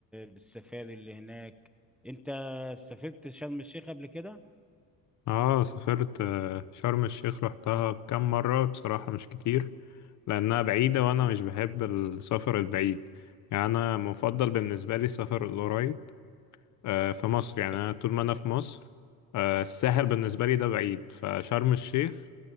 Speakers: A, in the centre; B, on the left.
A: بالسفاري اللي هناك انت سافرت شرم الشيخ قبل كده؟
B: اه سافرت آه، شرم الشيخ رحتها كام مرة بصراحة مش كتير لانها بعيدة وانا
A: اه
B: مش بحب السفر البعيد يعني انا مفضل بالنسبة لي السفر القريب آه، في مصر يعني
A: <laughs>
B: أنا طول ما أنا في مصر آه، الساحل بالنسبة لي ده بعيد فشرم الشيخ